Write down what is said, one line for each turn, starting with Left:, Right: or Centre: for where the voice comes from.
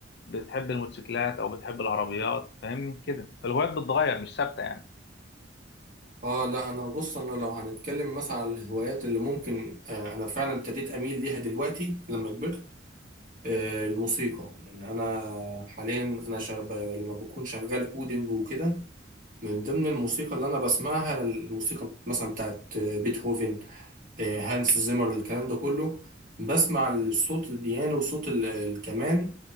Left: بتحب الموتوسيكلات او بتحب العربيات فاهمني كده فالهوايات بتتغير مش ثابتة يعني
Right: اه لا انا بص انا لو هنتكلم مثلا على الهوايات اللي ممكن آه انا فعلا ابتديت اميل ليها دلوقتي لما كبرت آه الموسيقى يعني انا حاليا انا شغب لما بكون شغال كودينج وكده من ضمن الموسيقى اللي انا بسمعها الموسيقى مثلا بتاعت آه، بيتهوفن آه هانس زيمر الكلام ده كله بسمع صوت البيانو وصوت ال- الكمان